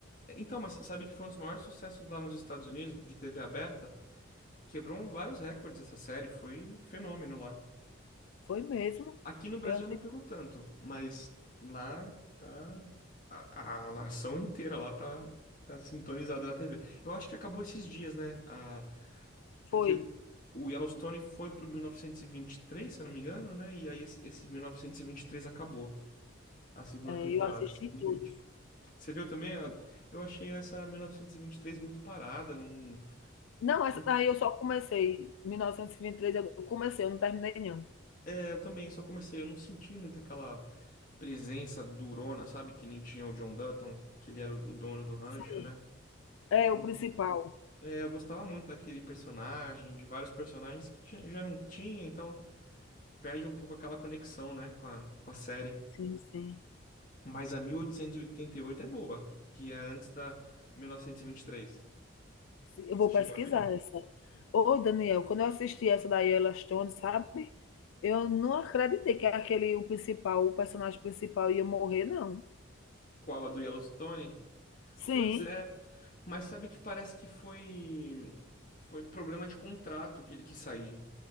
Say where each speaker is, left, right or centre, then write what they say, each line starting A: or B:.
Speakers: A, on the left; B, on the left.
A: Então, mas sabe que foi um dos maiores sucessos lá nos Estados Unidos de TV aberta? Quebrou vários recordes essa série, foi fenômeno lá.
B: Foi mesmo.
A: Aqui no Brasil
B: Eu assisti.
A: não pegou tanto, mas lá tá. A, a nação inteira lá tá, tá sintonizada na TV. Eu acho que acabou esses dias, né? A, porque
B: Foi.
A: o Yellowstone foi pro 1923, se eu não me engano, né? E aí esse, esse 1923 acabou. A segunda
B: É,
A: temporada,
B: eu assisti
A: a segunda
B: tudo.
A: e última. Você viu também? a- Eu achei essa 1923 muito parada, não,
B: Não,
A: não
B: essa daí eu só comecei. Mil novecentos e e vinte e três. eu comecei, eu não terminei, não.
A: Eu também só comecei, eu não senti muito aquela presença durona, sabe? Que nem tinha o John Dutton, que ele era o o dono do rancho,
B: Sim.
A: né?
B: É,
A: Eu
B: o
A: não.
B: principal.
A: É, eu gostava muito daquele personagem, de vários personagens que já, já não tinha, então perde um pouco aquela conexão, né, com a, com a série.
B: Sim, sim.
A: Mas a 1888 é boa, que é antes da 1923.
B: Eu
A: Você
B: vou
A: chegou
B: pesquisar
A: a ver?
B: essa. Ô, Daniel, quando eu assisti essa da Yella Stone, sabe? Eu não acreditei que aquele, o principal, o personagem principal ia morrer, não.
A: Qual a do Yellowstone?
B: Sim,
A: Pois é, mas sabe que parece que foi foi problema de contrato que ele quis sair.